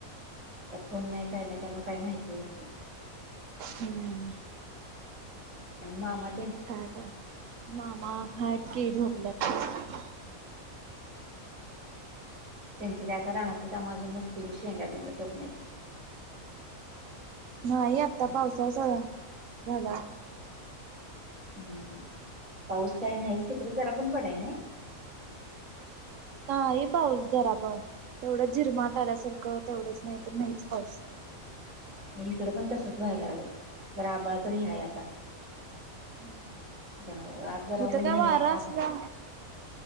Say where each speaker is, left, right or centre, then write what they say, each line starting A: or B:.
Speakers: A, on the right (about 85°); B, on the right (about 65°).
A: त्या पुण नाही काय नाही त्यामुळे काही माहिती होत नाही
B: हम्म
A: आणि मामा तन
B: काय करा मामा हा यत क झोपलंत
A: त्यांची काका रानाातली तर माजून नसतील शेंगा बेंगा टोकण्याची
B: नाही आता पावसाचा झाला
A: हम्म पाऊस काय नाहीच तिकड जरा पण पडाय ना
B: हा ह पावस जरा पा तेवढं जिरमाट आल्यासारखं तेवढंच नाही तर नाहीच पास
A: हिकडे पण तसच व्हायला लागले जर आबाळ तरी हय आता
B: ह
A: जरा आज जरा
B: मी
A: ऊन
B: तर काय
A: नाही
B: वार
A: आहे
B: असला
A: आभाळ